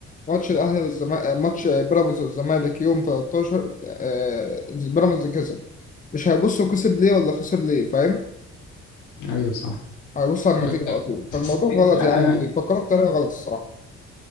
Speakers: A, on the left (about 25°); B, on the left (about 75°).
A: ماتش الأهلي والزمالك ماتش بيراميدز والزمالك يوم 13 آه، بيراميدز كسب مش هيبصوا كسب ليه ولا خسر ليه فاهم
B: ايوه صح
A: هيبص على
B: بس
A: النتيجة على طول فالموضوع
B: لا
A: غلط يعني
B: انا
A: بيفكروا بطريقة غلط الصراحة